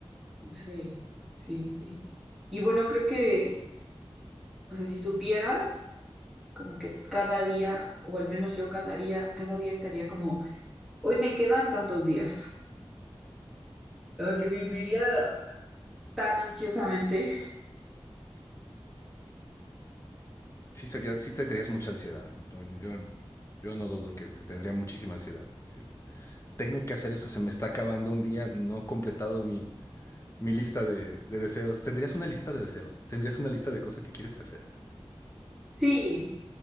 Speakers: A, in the centre; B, on the left.
A: sí, sí, sí. Y bueno, creo que, o sea, si supieras, como que cada día, o al menos yo cada día, cada día estaría como, hoy me quedan tantos días, o que viviría tan ansiosamente.
B: Sí, sería, sí tendrías mucha ansiedad. ¿no? Yo, yo no dudo que te tendría muchísima ansiedad. sí. Tengo que hacer eso, se me está acabando un día, no he completado mi, mi lista de, de deseos. ¿Tendrías una lista de deseos? ¿Tendrías una lista de cosas que quieres que hacer?
A: Sí,